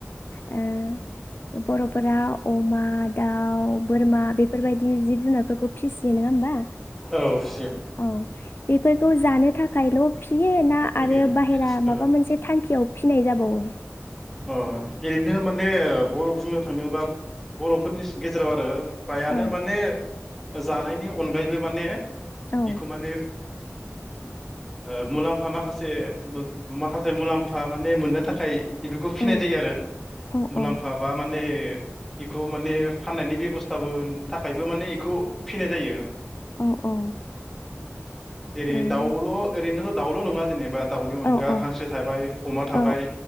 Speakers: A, on the left; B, in the centre.
A: ए बर'फोरा अमा, दाउ, बोरमा बेफोरबायदि जिब जुनारफोरखौ फिसियो नङा होमबा
B: औ फिसियो
A: औ फोरखौ जानो थाखायल' फिसियो ना आरो
B: गैया
A: बाहेरा
B: ओहो।
A: माबा मोनसे थांखियाव फिनाय जाबावो? <unintelligible>
B: अ ओरैनो माने ओ बर' बुंनो थाङोनोबा बर'फोरनि गेज-गेजेराव आरो फ्रायानो
A: औ
B: माने जानायनि अन गायैबो माने
A: औ
B: बेखौ माने ओ मुलाम्फा माखासेबो माखासे मुलाम्फा माने मोननो थाखाय बेफोरखौ फिनाय
A: औ
B: जायो आरो
A: औ
B: मुलाम्फा
A: औ
B: बा माने बेखौ माने फाननायनि बेबस थाबो थाखायबो माने बेखौ फिनाय जायो
A: औ औ
B: जेरै
A: उम
B: दाउल' ओरैनो दाउल' नङा जेनेबा दाउनि अनगा
A: औ औ
B: हांसो थाबाय अमा थाबाय
A: औ